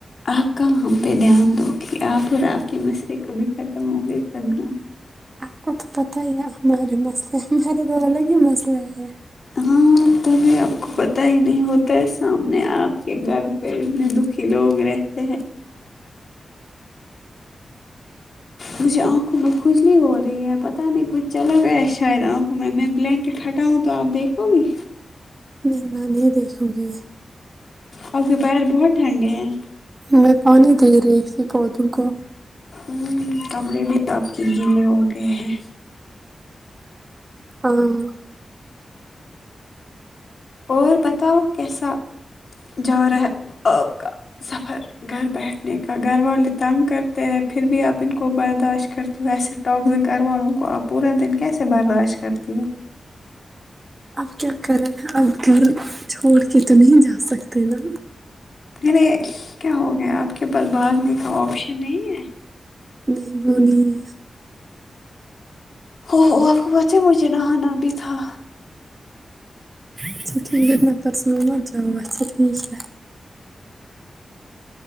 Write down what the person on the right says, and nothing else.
آپ کا تو پتہ ہی ہے ہمارے مسئلے ہمارے تو الگ ہی مسئلے ہیں
نہیں نہیں میں دیکھوں گی
میں پانی دے رہی تھی پودوں کو
ہوں
اب کیا کرے اب گھر چھوڑ کے تو نہیں جا سکتے نا
نہیں وہ نہی ہے
اچھا ٹھیک ہے نفرس مت چل اچھا ٹھیک ہے